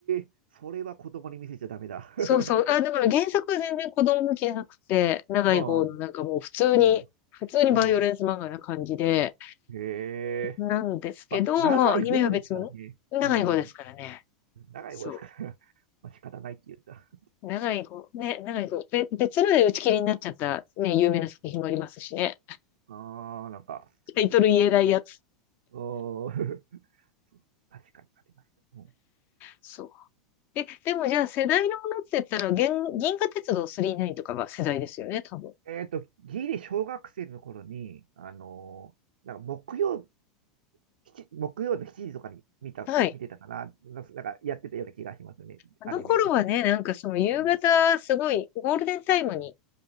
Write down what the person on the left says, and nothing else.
そうそう。あ、だから原作は全然子供向きじゃなくて、長い方のなんかもう普通に、
普通にバイオレンス漫画な感じで、
なんですけど、
まあアニメは別物。長い方ですからね。
そ
う。長い方、ね、長い方。べ別ので打ち切りになっちゃったね、有名な作品もありますしね。
タイトル言えないやつ。
そう。え、でもじゃあ世代のものって言ったら、銀銀河鉄道999とかが世代ですよね、多分。
はい。
あの頃はね、
なんかその夕方、
すごいゴールデンタイムに